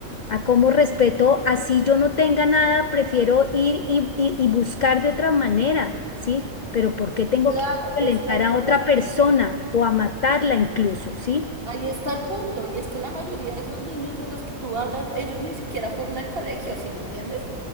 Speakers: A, on the left; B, on the right.
A: a cómo respeto, así yo no tenga nada, prefiero ir y, y y buscar de otra manera, ¿sí? Pero ¿por qué tengo
B: claro,
A: que violentar
B: es que ahí
A: a
B: está.
A: otra persona o a matarla incluso, ¿sí?
B: Ahí está el punto, y es que la mayoría de esos niños de los que tú hablas, ellos ni siquiera fueron al colegio, ¿sí me entiendes?